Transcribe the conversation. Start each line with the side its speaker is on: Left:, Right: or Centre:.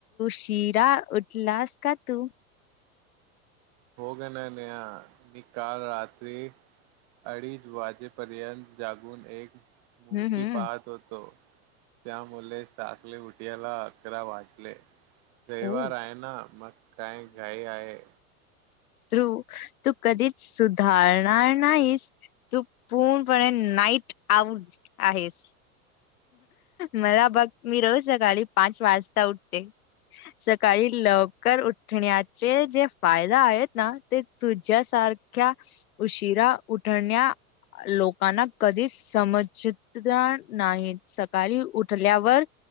Left: शिरा उठलास का तू
Right: होय ग नयना मी काल रात्री अडीच वाजेपर्यंत जागून एक मूर्ती
Left: हम्म हम्म
Right: पाहत होतो त्यामुळे सकाले उटयाला अकरा वाटले रविवार
Left: ओ
Right: आहे ना मग काय घाई आहे
Left: तू तू कधीच सुधारणार नाहीस तू पूर्णपणे नाईट आउट आहेस मला बघ मी रोज सकाळी पाच वाजता उठते सकाळी लवकर उठण्याचे जे फायदा आहेत ना ते तुझ्या सारख्या उशिरा उठण्या लोकांना कधीच समजतता नाहीत सकाळी उठल्यावर